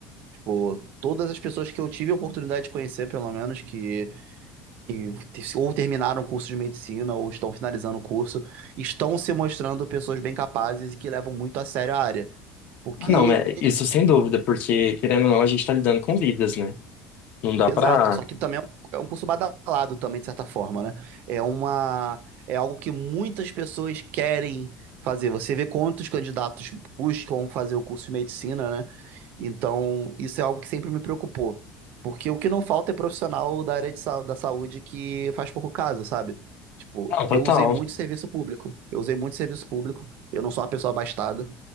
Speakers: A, on the right; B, on the left.
A: Tipo, todas as pessoas que eu tive a oportunidade de conhecer, pelo menos, que que te- ou terminaram o curso de medicina ou estão finalizando o curso, estão se mostrando pessoas bem capazes e que levam muito a sério a área. Porque
B: Ah, Não, é, isso sem dúvida, porque querendo ou não, a gente tá lidando com vidas, né? Não dá
A: Exato,
B: pra.
A: só que também é um, é um curso badalado também, de certa forma, né? É uma, é algo que muitas pessoas querem fazer. Você vê quantos candidatos buscam fazer o curso de medicina, né? Então, isso é algo que sempre me preocupou. Porque o que não falta é profissional da área de, sa- da saúde que faz pouco caso, sabe? Tipo,
B: Não, total.
A: eu usei muito serviço público. Eu usei muito serviço público. Eu não sou uma pessoa abastada.